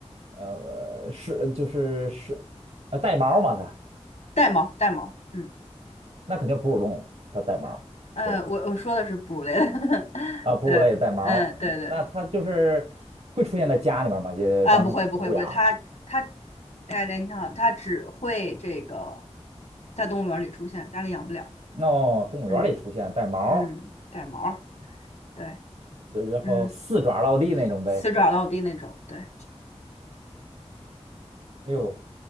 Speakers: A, on the right; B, on the left.
A: 呃是就是是呃带毛嘛它，
B: 带毛带毛。嗯。
A: 那肯定哺乳动物，它带毛，
B: 呃，
A: 对吧？
B: 我我说的是哺乳类的，<laughs>
A: 啊，哺乳类的带毛，
B: 对，嗯，对对，
A: 那它就是会出现在家里面嘛，就当成宠物养。
B: 啊，不会不会不会，它它，哎，你好，它只会这个在动物园里出现，家里养不了，
A: 哦，动物园里出现带毛儿
B: 嗯嗯，带毛儿，对，
A: 呃然后四爪落地那种呗。
B: 嗯，死爪到地那种，对，
A: 哎呦，